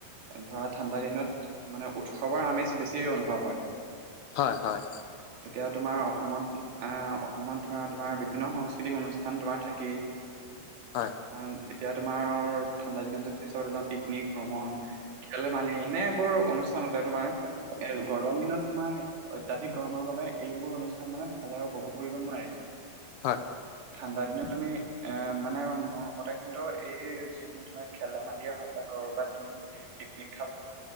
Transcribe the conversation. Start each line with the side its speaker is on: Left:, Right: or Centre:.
Right: ধৰা ঠাণ্ডা দিনত মানে উৎসৱৰ আমেজ বেছি অনুভৱ হয়।
Left: হয় হয়।
Right: এতিয়া তোমাৰ অসমত অহ অসমত। ধৰা তোমাৰ বিভিন্ন সাংস্কৃতিক অনুষ্ঠান তোমাৰ থাকেই আহ।
Left: হয়
Right: এতিয়া তোমাৰৰ ঠাণ্ডা দিনত যদি চাবলে যাওঁ পিকনিক ভ্ৰমণ। খেল ধমালি এনেবোৰ অনুষ্ঠানতে তোমাৰ এ গৰম দিনত তোমাৰ। অত্যাধিক গৰমৰ বাবে এইবোৰ অনুষ্ঠান মানে ভালদৰে উপভোগ কৰিব নোৱাৰি।
Left: হয়।
Right: ঠাণ্ডা দিনত তুমি এ মানে মোৰ মতে কিন্তু এই যিখিনি। তোমাৰ খেল- ধেমালি হওঁক বা কৰবাত তুমি পিকনিক খাব